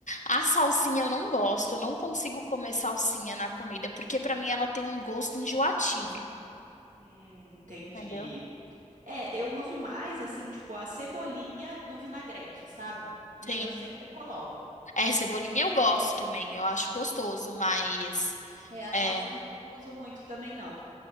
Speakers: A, on the left; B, on the right.
A: A salsinha eu não gosto, eu não consigo comer salsinha na comida, porque pra mim ela tem um gosto enjoativo,
B: Hum, entendi.
A: entendeu?
B: É, eu uso mais assim, tipo, a cebolinha no vinagrete, sabe? Isso
A: Sim.
B: eu sempre coloco.
A: É, cebolinha eu gosto também, eu acho gostoso, mas.
B: É, a salsinha
A: é,
B: eu não uso muito também, não.